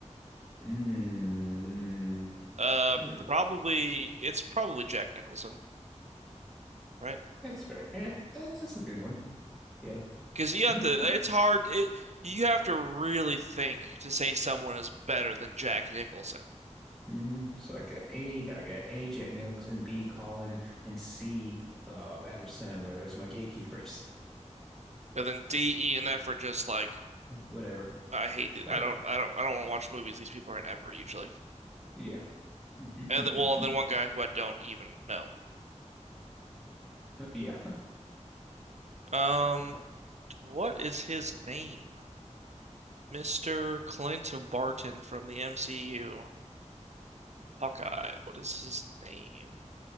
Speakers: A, in the centre; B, on the right (about 65°).
A: Mm-hmm.
B: Uh, probably it's probably Jack Nicholson, right?
A: That's fair. Yeah, that's, that's a good one. Yeah. <laughs>
B: Because you have to. It's hard. It you have to really think to say someone is better than Jack Nicholson.
A: hmm So I got A, I got A, Jack Nicholson, B, Colin, and C, uh, Adam Sandler as my gatekeepers.
B: And then D, E, and F are just like
A: <laughs> Whatever.
B: I hate. these.
A: But
B: I don't. I don't. I don't want to watch movies these people are in ever usually.
A: yeah. <laughs>
B: And then, well, and then one guy who I don't even know.
A: Yeah.
B: Um, what is his name? Mr. Clint Barton from the MCU. Hawkeye. What is his name?